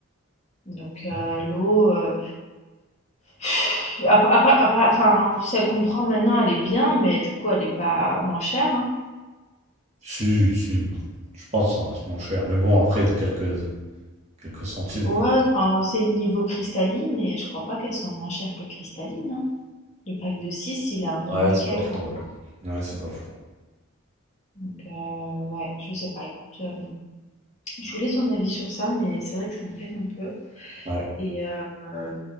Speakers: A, on the left; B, on the right.
A: Donc, euh, l'eau, euh, <sighs> après, après- après- enfin, celle qu'on prend maintenant, elle est bien, mais du coup, elle n'est pas moins chère, hein.
B: Si, si, je pense que ça reste moins cher. Mais bon, après, de quelques, quelques centimes,
A: Ouais,
B: quoi.
A: enfin, c'est niveau cristalline, et je crois pas qu'elle soit moins chère que cristalline, hein. Le pack de 6 il a un euro
B: Ouais,
A: et
B: c'est
A: quelques,
B: pas faux.
A: en
B: Ouais,
A: France.
B: Ouais, c'est pas faux.
A: Donc, euh, ouais, je sais pas, écoute, euh, je voulais ton avis sur ça, mais c'est vrai que ça me pèse un peu,
B: Ouais,
A: et euh, euh,